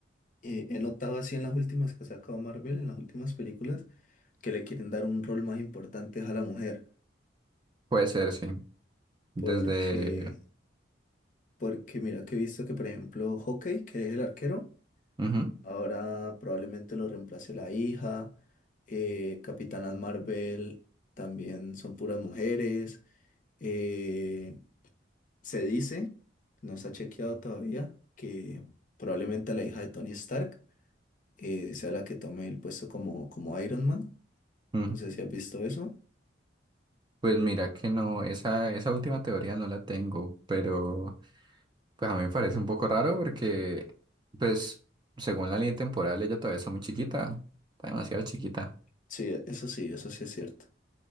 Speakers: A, on the left (about 45°); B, on the right (about 25°).
A: eh, he notado así en las últimas que ha sacado Marvel, en las últimas películas, que le quieren dar un rol más importante a la mujer.
B: Puede ser, sí. Desde...
A: Porque, porque mira que he visto que, por ejemplo, Hawkeye, que es el arquero,
B: ujú,
A: ahora probablemente lo reemplace la hija. eh, Capitanas Marvel también son puras mujeres. eh, Se dice, no está chequeado todavía, que probablemente la hija de Tony Stark eh, sea la que tome el puesto como, como Iron Man.
B: ujú.
A: No sé si has visto eso.
B: Pues mira que no, esa, esa última teoría no la tengo, pero... Pues a mí me parece un poco raro porque, pues, según la línea temporal, ella todavía está muy chiquita, está demasiado chiquita.
A: Sí, eso sí, eso sí es cierto.